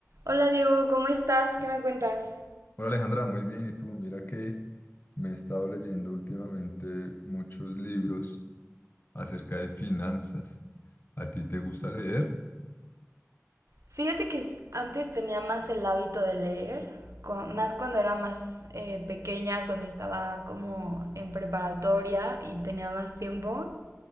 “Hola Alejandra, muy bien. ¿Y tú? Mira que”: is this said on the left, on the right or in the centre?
Left